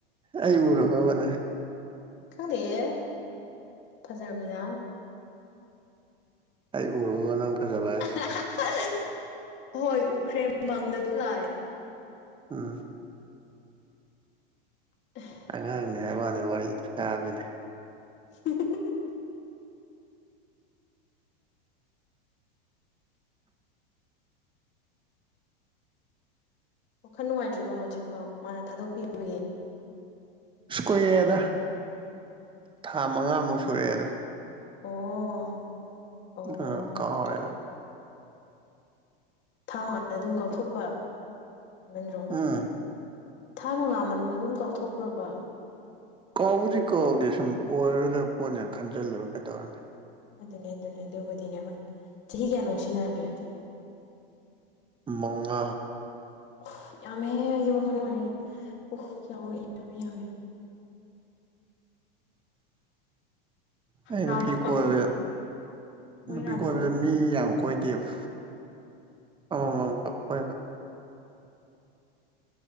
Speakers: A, on the right; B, on the left.
A: ꯑꯩ ꯎꯔꯕꯕ ꯅꯪ
B: ꯈꯪꯗꯦꯌꯦ ꯐꯖꯔꯝꯃꯤꯅ
A: ꯑꯩ ꯎꯔꯕꯣ ꯅꯪ ꯐꯖꯕ ꯍꯥꯏꯁꯦ
B: ꯑꯍꯥ ꯍꯥ ꯍꯣꯏ ꯎꯈ꯭ꯔꯦ ꯃꯪꯗ ꯑꯗꯨꯝ ꯂꯥꯛꯑꯦ
A: ꯎꯝ
B: ꯑꯍ
A: ꯑꯉꯥꯡꯅꯤ ꯍꯥꯏꯕꯋꯥꯅꯤ ꯋꯥꯔꯤ ꯇꯥꯕꯅꯤ
B: ꯍꯥ ꯍꯥ ꯍ ꯋꯥꯈꯜ ꯅꯨꯡꯉꯥꯏꯇ꯭ꯔꯤꯕꯣ ꯍꯧꯖꯤꯛꯐꯥꯎ ꯃꯥꯅ ꯊꯥꯗꯣꯛꯄꯤꯕꯒꯤ
A: ꯁꯀꯨꯏꯔꯦꯗ ꯊꯥ ꯃꯉꯥꯃꯨꯛ ꯁꯨꯔꯛꯑꯦꯗ
B: ꯑꯣ ꯑꯣ
A: ꯎ
B: ꯚꯥꯞ
A: ꯀꯥꯎꯔꯦꯗ
B: ꯊꯥ <unintelligible> ꯑꯗꯨꯝ ꯀꯥꯎꯊꯣꯛꯄ ꯍꯦꯟꯃꯟꯗ꯭ꯔꯣ
A: ꯎꯝ
B: ꯊꯥ ꯃꯉꯥ ꯃꯅꯨꯡꯗ ꯑꯗꯨꯝ ꯀꯥꯎꯊꯣꯛꯄ꯭ꯔꯣꯕ
A: ꯀꯥꯎꯕꯨꯗꯤ ꯀꯥꯎꯗꯦ ꯁꯨꯝ ꯑꯣꯏꯔꯣꯏꯗꯕ ꯄꯣꯠꯅꯦ ꯈꯟꯖꯤꯜꯂꯨꯔ ꯀꯩꯗꯧꯔꯨꯅꯤ
B: ꯑꯗꯨꯅꯦ ꯑꯗꯨꯅꯦ ꯑꯗꯨꯕꯨꯗꯤꯅꯦ ꯍꯣꯏ ꯆꯍꯤ ꯀꯌꯥ ꯅꯨꯡꯁꯤꯟꯅꯔꯝꯒꯦ
A: ꯃꯉꯥ
B: ꯎꯍ ꯌꯥꯝꯃꯦꯍ ꯑꯩꯒꯤ ꯋꯥꯈꯜ <unintelligible> ꯎꯍ ꯌꯥꯎꯋꯦ ꯌꯥꯝꯃꯦ ꯌꯥꯝꯃꯦ
A: ꯑꯩ
B: ꯅꯥꯗ꯭ꯔꯣ
A: ꯅꯨꯄꯤ ꯀꯣꯏꯕ
B: ꯊꯃꯣꯏ
A: ꯅꯨꯄꯤ
B: ꯅꯥꯗ꯭ꯔꯣ
A: ꯀꯣꯏꯕꯗ ꯃꯤ ꯌꯥꯝ ꯀꯣꯏꯗꯦꯕ ꯑꯃꯃꯝ ꯈꯛ ꯀꯣꯏꯕ